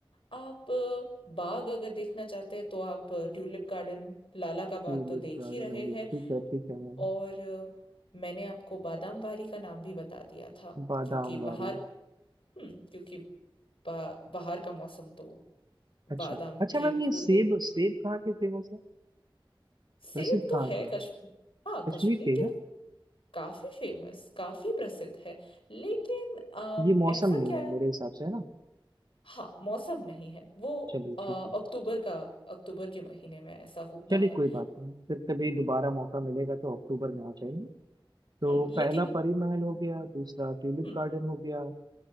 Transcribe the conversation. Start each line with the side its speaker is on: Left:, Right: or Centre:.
Left: आप अ, बाग अगर देखना चाहते हैं तो आप अ, ट्यूलिप गार्डन लाला का बाग
Right: ट्यूलिप
Left: तो देख
Right: गार्डन
Left: ही रहे
Right: हो गया
Left: हैं
Right: ठीक है ठीक है मैम
Left: और अ, मैंने आपको बादाम वारी का नाम भी बता दिया था
Right: बादाम
Left: क्योंकि
Right: वारी
Left: बाहर हम्म क्योंकि बा, बाहर का मौसम तो
Right: अच्छा
Left: बादाम
Right: अच्छा
Left: के
Right: मैम ये
Left: फूल
Right: सेब
Left: नहीं देते
Right: सेब कहाँ के फेमस है
Left: सेब
Right: प्रसिद्ध
Left: तो
Right: कहाँ
Left: है
Right: के हैं
Left: कश्मीर हाँ
Right: कश्मीर
Left: कश्मीर
Right: के ही
Left: के
Right: ना
Left: काफी फेमस काफी प्रसिद्ध है लेकिन अम,
Right: ये मौसम
Left: ऐसा
Right: नहीं
Left: क्या
Right: है
Left: है
Right: मेरे हिसाब से है ना
Left: हाँ मौसम नहीं है वो
Right: चलिए
Left: अ, अक्टूबर
Right: ठीक है
Left: का अक्टूबर के महीने में ऐसा होता
Right: चलिए
Left: है
Right: कोई बात नहीं फिर कभी दोबारा मौका मिलेगा तो अक्टूबर में आ जाएंगे तो
Left: हम्म, लेकिन
Right: पहला परी महल हो गया दूसरा ट्यूलिप
Left: हम्म
Right: गार्डन हो गया